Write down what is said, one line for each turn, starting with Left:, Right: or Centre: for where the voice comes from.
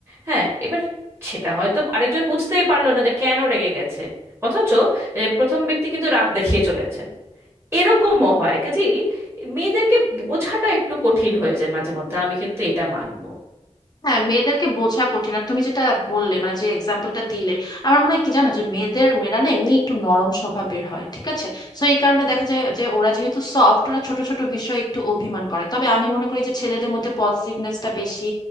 Right: হ্যাঁ এবার সেটা হয়তো আরেকজন বুঝতেই পারলো না যে কেন রেগে গেছে অথচ এ, প্রথম ব্যক্তি কিন্তু রাগ দেখিয়ে চলেছে এরকমও হয় কাজে মেয়েদেরকে বোঝাটা একটু কঠিন হয়ে যায় মাঝে মধ্যে আমি কিন্তু এটা মানবো
Left: হ্যাঁ মেয়েদেরকে বোঝা কঠিন আর তুমি যেটা বললে মানে যে এক্সাম্পলটা দিলে আমার মনে হয় কি জানো যে মেয়েদের মেয়েরা না এমনি একটু নরম স্বভাবের হয় ঠিক আছে তো এই কারণে দেখা যায় যে ওরা যেহেতু সফট ওরা ছোট ছোট বিষয়ে একটু অভিমান করে তবে আমি মনে করি যে ছেলেদের মধ্যে পজিটিভনেসটা বেশি